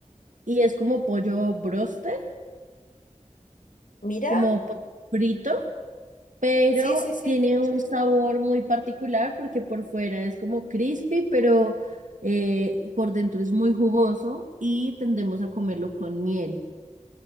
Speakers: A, on the right; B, on the left.
A: y es como pollo broster,
B: Mirá,
A: como pollo frito. pero
B: sí, sí, sí.
A: tiene un sabor muy particular porque por fuera es como crispy, pero eh, por dentro es muy jugoso y tendemos a comerlo con miel.